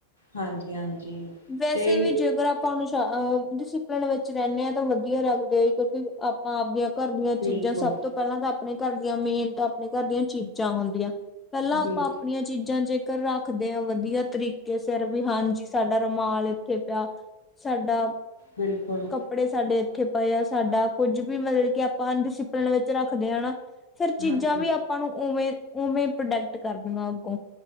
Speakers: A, on the left; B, on the left.
A: ਹਾਂਜੀ ਹਾਂਜੀ
B: ਵੈਸੇ
A: ਤੇ
B: ਵੀ ਜੇਕਰ ਆਪਾਂ ਉਹਨੂੰ ਡਿਸਪਲਨ ਵਿੱਚ ਰਹਿੰਦੇ ਹਾਂ ਤਾਂ ਵਧੀਆ ਰੱਖਦੇ ਆ ਕਿਉਂਕਿ ਆਪਾਂ ਆਪਦੀਆਂ ਘਰ ਦੀਆਂ
A: ਬਿਲਕੁਲ,
B: ਚੀਜ਼ਾਂ ਸਭ ਤੋਂ ਪੈਲਾਂ ਤਾਂ ਆਪਣੇ ਘਰ ਦੀਆਂ ਮੇਨ ਤਾ ਆਪਣੇ ਘਰ ਦੀਆਂ ਚੀਜ਼ਾਂ ਹੁੰਦੀਆਂ ਪੈਲਾਂ
A: ਬਿਲਕੁਲ
B: ਆਪਾਂ ਆਪਣੀਆਂ ਚੀਜ਼ਾਂ ਜੇਕਰ ਰੱਖਦੇ ਹਾਂ ਵਧੀਆ ਤਰੀਕੇ ਸਿਰ ਵੀ ਹਾਂਜੀ ਸਾਡੇ ਰੁਮਾਲ ਇੱਥੇ ਪਿਆ ਸਾਡਾ
A: ਬਿਲਕੁਲ
B: ਕੱਪੜੇ ਸਾਡੇ ਇੱਥੇ ਪਏ ਆ। ਸਾਡਾ ਕੁੱਝ ਵੀ ਮਤਲਬ ਕਿ ਆਪਾਂ ਅਨਡਿਸਿਪਲਨ ਵਿੱਚ ਰੱਖਦੇ ਹ ਨਾ ਫਿਰ ਚੀਜ਼ਾਂ
A: ਹਾਂਜੀ।
B: ਵੀ ਆਪਾਂ ਨੂੰ ਉਵੇਂ-ਉਵੇਂ ਪ੍ਰੋਡੈਕਟ ਕਰ ਦੇਣਾ ਅੱਗੋਂ